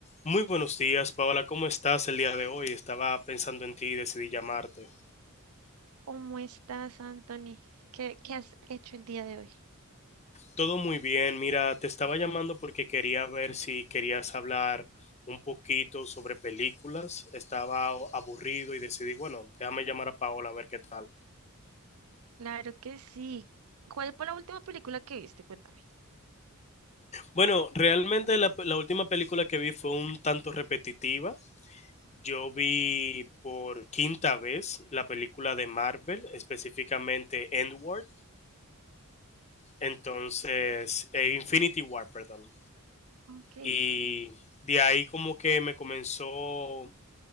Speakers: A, on the left (about 30°); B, on the right (about 75°).
A: Muy buenos días, Paola. ¿Cómo estás el día de hoy? Estaba pensando en ti y decidí llamarte.
B: ¿Cómo estás, Anthony? ¿Qué, qué has hecho el día de hoy?
A: Todo muy bien. Mira, te estaba llamando porque quería ver si querías hablar un poquito sobre películas. Estaba aburrido y decidí, bueno, déjame llamar a Paola a ver qué tal.
B: Claro que sí. ¿Cuál fue la última película que viste? Cuéntame.
A: Bueno, realmente la, la última película que vi fue un tanto repetitiva. Yo vi por quinta vez la película de Marvel, específicamente Endward. Entonces, eh, Infinity War, perdón.
B: Ok.
A: Y de ahí como que me comenzó